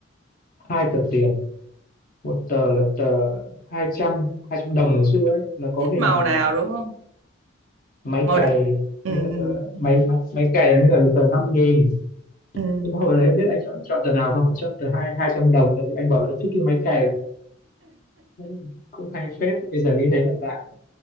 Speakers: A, on the left; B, on the right.
A: hai tờ tiền một tờ là tờ hai trăm hai trăm đồng ngày xưa ấy nó có
B: thích
A: hình
B: màu nào
A: à,
B: đúng không
A: máy
B: màu
A: cày
B: đỏ ừ,
A: mấy cái
B: ừ,
A: tờ máy máy máy cày với cả cái tờ năm nghìn
B: ừ.
A: nhưng mà hồi đấy em biết anh chọn chọn tờ nào không anh chọn tờ hai 200 đồng tại vì anh bảo là trước kia máy cày cũng cũng hay phết bây giờ nghĩ thấy là dạng